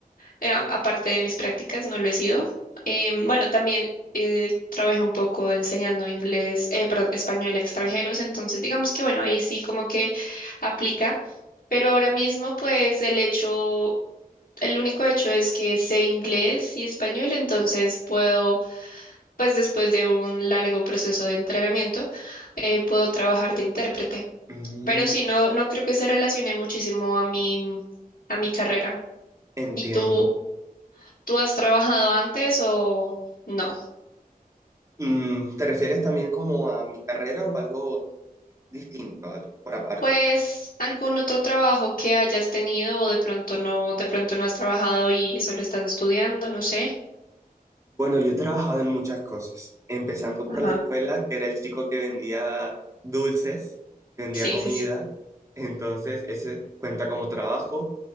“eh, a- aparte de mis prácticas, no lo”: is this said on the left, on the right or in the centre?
Left